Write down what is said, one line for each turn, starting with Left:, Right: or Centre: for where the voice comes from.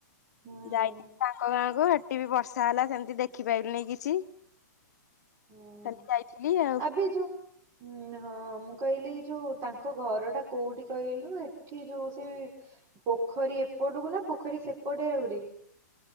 Right: ହୁଁ
Left: ଯାଇଥିଲି ତାଙ୍କ ଗାଁକୁ ହେ ଏଠି ବି ବର୍ଷା ହେଲା ସେମିତି ଦେଖିପାରିଲୁନି କିଛି
Right: ହୁଁ
Left: ଖାଲି ଯାଇଥିଲି ଆଉ।
Right: ଆବେ ଯୋଉ ହୁଁ ହ। ହଁ ମୁଁ କହିଲି ଯୋଉ ତାଙ୍କ ଘର ଟା କୋଉଠି କହିଲୁ ଏଠି ଯୋଉ ସେ ପୋଖରୀ ଏପଟକୁ ନାଁ ପୋଖରୀ ସେପଟେ ଆହୁରି।